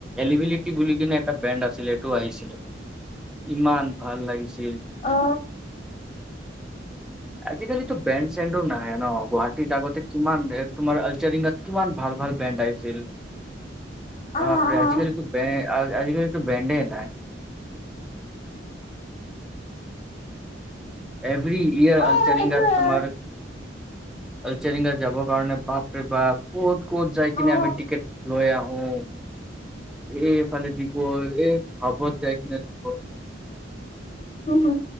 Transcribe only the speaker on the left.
অ।
অ' অ'
অ' সেইটোয়ে
অ'
উ